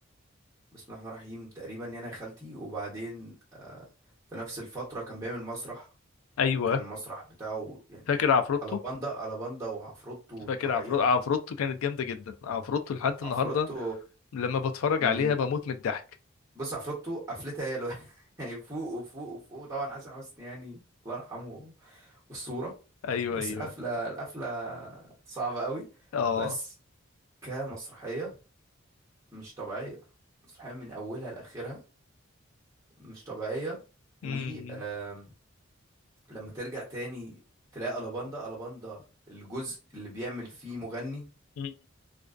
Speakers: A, on the right (about 15°); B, on the left (about 90°).
A: بسم الله الرحمن الرحيم تقريبا يانا يا خالتي وبعدين في نفس الفتره كان بيعمل مسرح
B: ايوه
A: كان مسرح بتاعه يعني
B: فاكر عفروتو
A: الاباندا الاباندا وعفروتو وطريقه
B: فاكر عفرو... عفروتو كانت جامده جدا عفروتو لحد
A: عفروتو
B: النهارده لما بتفرج
A: من
B: عليها بموت من الضحك
A: بص عفروتو قفلتها هي الوحيده <laughs> فوق وفوق وفوق طبعا حسن حسني يعني الله يرحمه والصورة
B: ايوه
A: بس
B: ايوه
A: القفلة القفلة صعبة قوي
B: اه
A: بس كمسرحية مش طبيعية مسرحية من أولها لآخرها مش طبيعية و
B: امم
A: آم، لما ترجع تاني تلاقي ألاباندا ألاباندا الجزء اللي بيعمل فيه مغني
B: أمم.